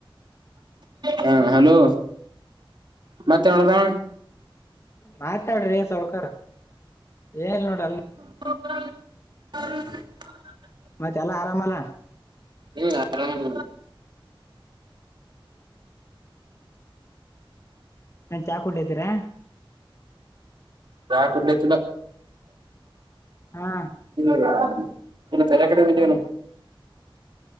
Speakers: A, on the right (about 55°); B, on the left (about 30°).
A: ಹಾ ಹಲೋ ಮತ್ತೆ ಮಾಡದ
B: ಮಾತಾಡ್ರಿ ಸೌಕರ್ ಏನ್ ನೋಡ್ರಲ್
A: ಹ
B: ಮ ಚಲ ಆರಾಮಲ್ಲ
A: ಹ್ಮ್ ಆರಾಮ
B: ನಾನ್ ಚಾ ಕುಡ್ ಇದ್ದೀರಾ
A: ಯಾ ಕುಂಡ ಚಲ
B: ಹಾ
A: ಇಲ್ಲ <unintelligible> ನಿ ಪೆರಕಡೆಂದನು